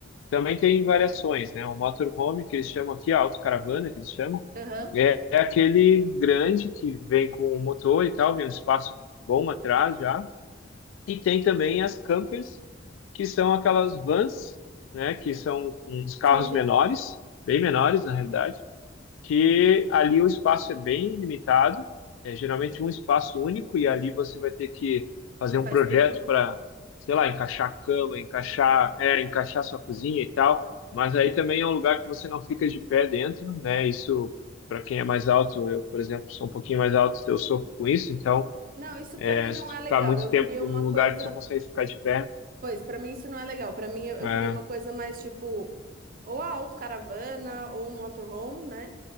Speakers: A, on the left (about 80°); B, on the right (about 45°).
A: também tem variações, né? O motorhome, que eles chamam aqui, a autocaravana, que eles chamam,
B: aham.
A: é, é aquele grande que vem com o motor e tal, vem um espaço bom atrás já, E tem também as campers, que são aquelas vans, né, que são uns carros
B: Sim, sim.
A: menores, bem menores na realidade, que ali o espaço é bem limitado, é geralmente um espaço único e ali você vai ter que fazer
B: Você
A: um
B: faz
A: projeto
B: tudo?
A: para, sei lá, encaixar a cama, encaixar, é, encaixar sua cozinha e tal, mas aí também é um lugar que você não fica de pé dentro, né? Isso para quem é mais alto, eu, por exemplo, sou um pouquinho mais alto, eu sofro com isso, então
B: Não, isso pra mim não
A: se tu
B: é legal.
A: ficar muito
B: Eu queria
A: tempo
B: uma
A: num
B: coisa.
A: lugar que tu não consegue ficar de pé,
B: Pois, pra mim isso não é legal. Pra mim eu, eu
A: é,
B: queria uma coisa mais tipo, ou a autocaravana ou um motorhome, né?